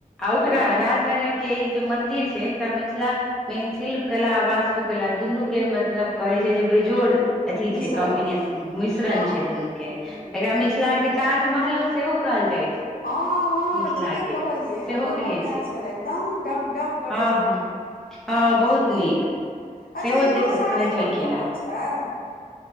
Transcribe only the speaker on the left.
तऽ हम
मिश्रण
हँ
हूँ
हँ- हँ-
ठीके
कहलियै हमरो
मोन
मे
ऐल छलै। एकदम डग- डग करै
छै।
अच्छा।
अच्छा
इहो
साड़ेपर
बनल
छै?